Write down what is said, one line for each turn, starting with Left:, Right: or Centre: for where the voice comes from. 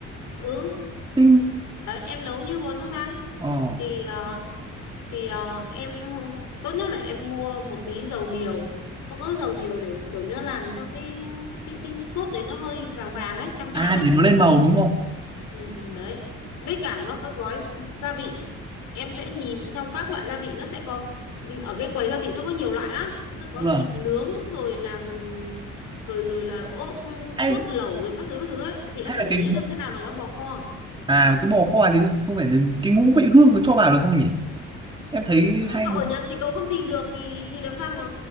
Left: Ừ,
Right: Thế
Left: đấy em nấu như bò sốt vang
Right: ờ
Left: thì ờ, thì ờ, em không- tốt nhất là em mua một tí dầu điều. Nó có dầu điều để kiểu nó làm cho cái cái cái cái sốt đấy nó hơi vàng vàng ấy, cam cam
Right: à
Left: ấy.
Right: để nó lên màu đúng không?
Left: ừ, ừ, đấy với cả nó có gói gia vị em sẽ nhìn trong các loại gia vị nó sẽ có ừ, ở cái quầy gia vị nó có nhiều loại lắm nó có
Right: Vâng.
Left: thịt nướng rồi là rồi rồi là ốp ừm,
Right: hay
Left: sốt lẩu rồi các thứ các thứ ấy thì em
Right: hay
Left: phải
Right: là
Left: để
Right: cái
Left: ý xem cái nào là gói bò kho
Right: à cái bò kho chứ không phải là cái ngũ vị hương nó cho vào được không nhỉ em thấy
Left: Ừ,
Right: hay
Left: cậu ở Nhật thì cậu không tìm được thì thì làm sao mà